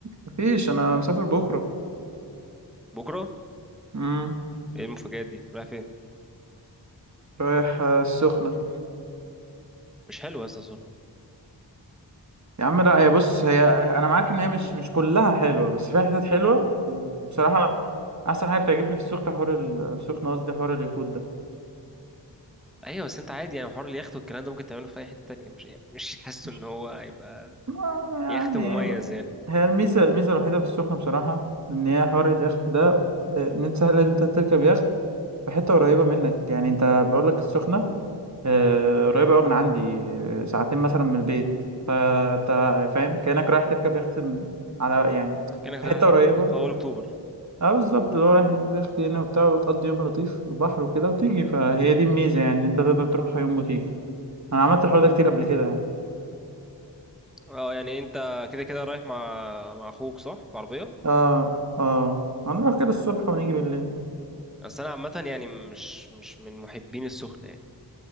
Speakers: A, on the right; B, in the centre.
A: مفيش انا مسافر بكره
B: بكره
A: امم
B: ايه المفاجآت دي رايح فين
A: رايح آه، السخنه
B: مش حلو يا اسطى السخنه
A: يا عم لا هي بص هي انا معاك ان هي مش مش كلها حلوه بس فيها حتت حلوه وبصراحه احسن حاجه بتعجبني في السخنه حوار ال- السخنه قصدي حوار اليخوت ده
B: ايوه بس انت عادي يعني حوار اليخت والكلام ده ممكن تعمله في اي حته تانية مش يعني مش حاسه
A: مش
B: ان هو هيبقى
A: ما يعني
B: يخت مميز يعني
A: هي الميزه الميزه الوحيده في السخنه بصراحه ان هي حوار اليخت ده آه، ان انت سهل ان انت تركب يخت في حته قريبه منك يعني انت بقول لك السخنه آه، قريبة أوي من عندي آه، ساعتين مثلا من البيت فأنت فاهم كأنك رايح تركب يخت م- على يعني
B: آه، كانك
A: في
B: رايح
A: حتة قريبة
B: في اول اكتوبر
A: اه بالظبط اللي هو رايح تركب يخت هنا وبتاع وتقضي يوم لطيف في البحر وكده وتيجي فهي دي الميزة يعني أنت تقدر تروحها يوم وتيجي أنا عملت الحوار ده كتير قبل كده يعني
B: اه يعني انت كده كده رايح مع مع اخوك صح بعربيه
A: اه اه هنروح كده الصبح ونيجي بالليل
B: بس انا عامه يعني مش مش من محبين السخنه يعني